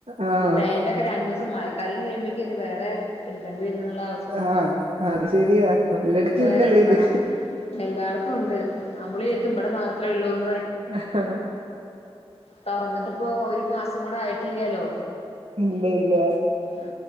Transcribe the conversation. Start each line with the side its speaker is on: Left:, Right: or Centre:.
Right: ആഹ്
Left: അ പേന്റെ രണ്ടു ദിവസ മഴക്കാലം കഴിയുമ്പോക്കും വേറെ എടുക്കേണ്ടിവരുന്ന അവസ്ഥ
Right: ആ അത് അത് ശെരിയാ എല്ല ഇടക്കുണ്ടല്ലേ
Left: വേറെ എടുക്കണം
Right: ഇത്
Left: എല്ലായിടത്തും ഉണ്ട് നമ്മള് വിചാരിക്കും ഇവിടെ മാത്രേ ഉള്ളൂന്ന്
Right: ആ
Left: തൊറന്നിട്ടിപ്പോ ഒരു മാസം കൂടെ ആയിട്ടില്ലാലോ
Right: ഇല്ല ഇല്ല
Left: ആ